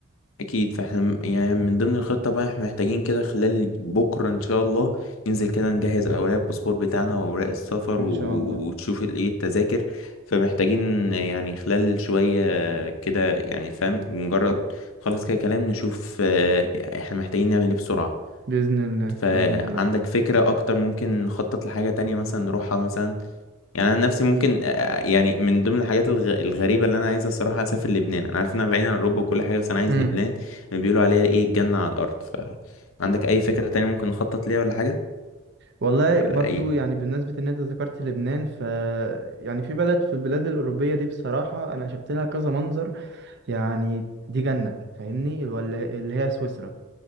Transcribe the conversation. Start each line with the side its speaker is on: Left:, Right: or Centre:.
Left: اكيد فاحنا م- يعني من ضمن الخطه بقى احنا محتاجين كده خلال بكره ان شاء الله ننزل كده نجهز اوراق الباسبور بتاعنا واوراق السفر
Right: إن
Left: و-
Right: شاء الله
Left: وتشوف ال- ايه التذاكر فمحتاجين يعني خلال شويه كده يعني فاهم مجرد خلاص كده كلام نشوف آه، احنا محتاجين نعمل ايه بسرعه
Right: بإذن الله
Left: فعندك
Right: بإذن الله
Left: فكره اكتر ممكن نخطط لحاجه تانية مثلا نروحها مثلا يعني انا نفسي ممكن آه، يعني من ضمن الحاجات الغ- الغريبه اللي انا عايز الصراحه اسافر لبنان انا عارف انها بعيده عن اوروبا وكل حاجه بس انا عايز
Right: امم
Left: لبنان بيقولوا عليها ايه الجنه على الارض ف عندك اي فكره تانية ممكن نخطط ليها ولا حاجه
Right: والله
Left: ولا
Right: برضو
Left: ايه
Right: يعني بالنسبة إن أنت ذكرت لبنان ف يعني في بلد في البلاد الأوروبية دي بصراحة أنا شفت لها كذا منظر يعني دي جنة فاهمني ولا اللي هي سويسرا